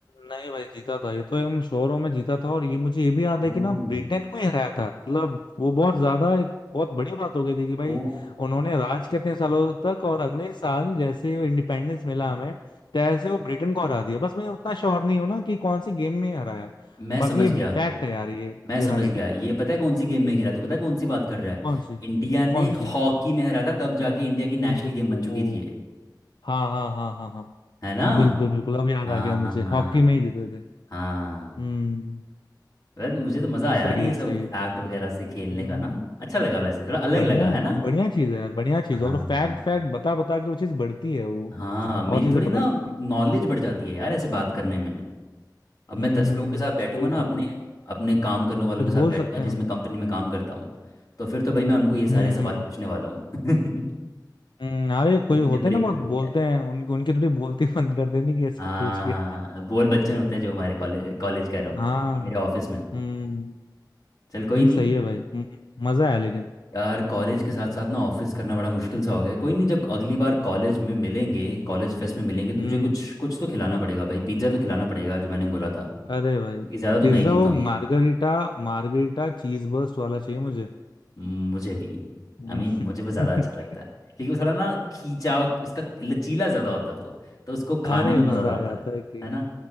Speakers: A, on the left; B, on the left.
A: नहीं भाई जीता था ये तो एकदम शोरों में जीता था और ये मुझे ये भी याद
B: ओह
A: है कि ना ब्रिटेन को ही हराया था मतलब वो बहुत ज्यादा एक बहुत बड़ी बात हो गई थी कि भाई
B: ओ
A: उन्होंने राज कितने सालों तक और अगले साल जैसे वो इंडिपेंडेंस मिला हमें तैसे वो ब्रिटेन को हरा दिया बस मैं उतना श्योर नहीं हूं ना कि कौन सी गेम में हराया है
B: मैं
A: बाकी
B: समझ
A: ये
B: गया
A: फैक्ट है यार ये
B: मैं
A: ये
B: समझ
A: राइट
B: गया
A: है
B: ये पता है कौन सी गेम में खेला तू पता है कौन सी बात कर रहा है
A: कौन सी
B: इंडिया ने
A: कौन सी गेम
B: हॉकी में हरा था तब जाके इंडिया की नेशनल
A: ओ
B: गेम बन चुकी थी ये
A: हाँ हाँ हाँ हाँ हाँ
B: है ना
A: बिल्कुल बिल्कुल अब याद
B: हाँ
A: आ गया मुझे हॉकी में ही जीते थे
B: हाँ
A: हम्म
B: यार मुझे तो मज़ा आया
A: सही
B: यार ये
A: है
B: सब
A: सही
B: फैक्ट
A: है
B: वगैरह से खेलने
A: हम्म
B: का ना अच्छा लगा वैसे थोड़ा अलग
A: बढ़िया
B: लगा
A: है
B: है ना
A: बढ़िया चीज है यार बढ़िया चीज
B: हाँ
A: है। और फैक्ट फैक्ट बता बता के वो चीज बढ़ती है वो
B: हाँ मेरी
A: और चीजें
B: थोड़ी
A: पता
B: ना
A: लगती है
B: नॉलेज बढ़ जाती है यार ऐसे बात करने में अब मैं
A: हम्म
B: दस लोगों के साथ बैठूंगा
A: सही
B: ना
A: बोल
B: अपने
A: रहे हो
B: अपने काम करने वालों
A: कुछ
B: के साथ
A: बोल
B: बैठूंगा
A: सकते
B: जिसमें
A: हैं उनमें
B: कंपनी में काम करता हूँ तो फिर तो भाई मैं उनको ये सारे
A: हम्म
B: सवाल
A: हम्म
B: पूछने वाला हूँ <laughs>
A: हम्म, अरे कोई
B: जब
A: होते
B: मुझे ब्रेक
A: हैं ना बहुत
B: मिलती
A: बोलते
B: है
A: हैं उनकी उनकी थोड़ी बोलती <laughs> बंद कर देनी कि ऐसे
B: हाँ
A: पूछ के
B: बोल बच्चन होते हैं जो हमारे कॉलेज कॉलेज कर रहा हूँ
A: हाँ
B: ये मेरे ऑफिस में
A: हम्म
B: चल कोई
A: नहीं
B: नहीं
A: सही है भाई हम्म, मजा आया लेकिन
B: यार कॉलेज के साथ साथ ना ऑफिस करना बड़ा मुश्किल सा हो गया है। कोई नहीं जब अगली बार कॉलेज में मिलेंगे कॉलेज फेस्ट में मिलेंगे तो
A: हम्म
B: तुझे कुछ कुछ तो खिलाना पड़ेगा भाई पिज्ज़ा तो खिलाना पड़ेगा जो मैंने बोला था
A: अरे भाई
B: क्योंकि ज़्यादा तो
A: पिज्जा
B: मैं ही
A: वो
B: जीता हूँ ये
A: मार्गरीटा मार्गरीटा चीज बर्स्ट वाला चाहिए मुझे
B: मुझे भी
A: हम्म,
B: आई I मीन mean, मुझे वो
A: <laughs>
B: ज़्यादा अच्छा लगता है क्योंकि वो थोड़ा ना खींचा इसका लचीला ज़्यादा होता है वो तो उसको खाने
A: अरे
B: में
A: मजा
B: मज़ा आता
A: आ जाता
B: है
A: है कि
B: है ना